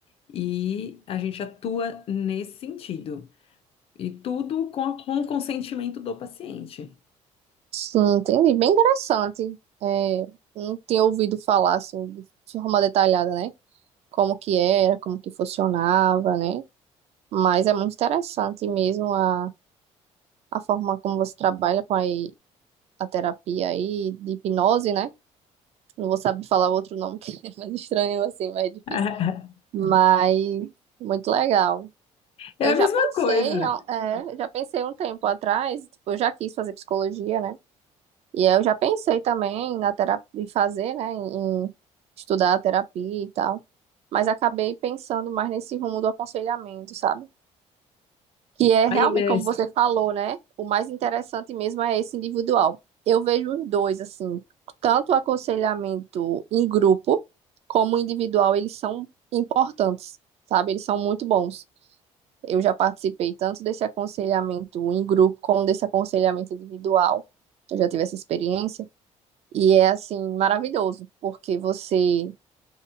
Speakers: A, on the left; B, on the right.
A: e a gente atua nesse sentido. E tudo com, a- com o consentimento do paciente.
B: sim, entendi. Bem interessante. É, não tinha ouvido falar assim de forma detalhada, né? Como que era, como que funcionava, né? Mas é muito interessante mesmo a, a forma como você trabalha com a, a terapia aí de hipnose, né? Não vou saber falar o outro nome, <laughs> que é mais estranho, assim, mais difícil.
A: <laughs>
B: Mas muito legal.
A: É
B: Eu
A: a mesma
B: já pensei,
A: coisa.
B: é, eu já pensei um tempo atrás, tipo, eu já quis fazer psicologia, né? E aí eu já pensei também na terapia, em fazer, né? Em em estudar a terapia e tal. Mas acabei pensando mais nesse rumo do aconselhamento, sabe? Que é
A: Aí
B: realmente,
A: ele é.
B: como você falou, né? O mais interessante mesmo é esse individual. Eu vejo os dois, assim, tanto o aconselhamento em grupo como individual, eles são importantes, sabe? Eles são muito bons. Eu já participei tanto desse aconselhamento em grupo como desse aconselhamento individual. Eu já tive essa experiência. E é, assim, maravilhoso, porque você